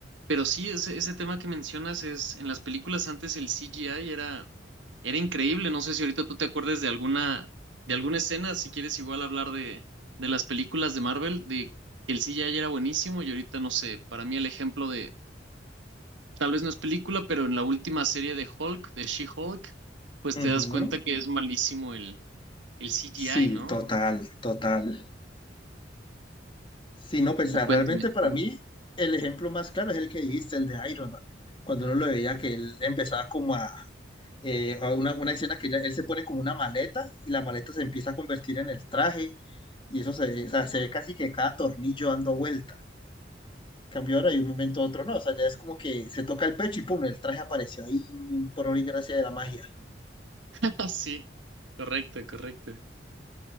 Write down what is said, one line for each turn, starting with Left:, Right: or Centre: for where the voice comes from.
Right: pero sí, ese, ese tema que mencionas es, en las películas antes el CGI era era increíble, no sé si ahorita tú te acuerdes de alguna, de alguna escena, si quieres igual hablar de, de las películas de Marvel, de que el CGI era buenísimo y ahorita no sé, para mí el ejemplo de, tal vez no es película, pero en la última serie de Hulk, de She-Hulk, pues
Left: Ujú.
Right: te das cuenta que es malísimo el, el CGI,
Left: Sí,
Right: ¿no?
Left: total, total. Sí, no, pues
Right: Y
Left: ah,
Right: cuéntame.
Left: realmente para
Right: tú.
Left: mí el ejemplo más claro es el que dijiste, el de Iron Man. Cuando uno lo veía que él empezaba como a, eh, a una, una escena que ya, él se pone como una maleta y la maleta se empieza a convertir en el traje y eso se, ve- o sea, se ve casi que cada tornillo dando vuelta. Cambió ahora y de un momento a otro no. O sea, ya es como que se toca el pecho y pum, el traje apareció ahí por obra y gracia de la magia.
Right: <laughs> Sí, correcto, correcto.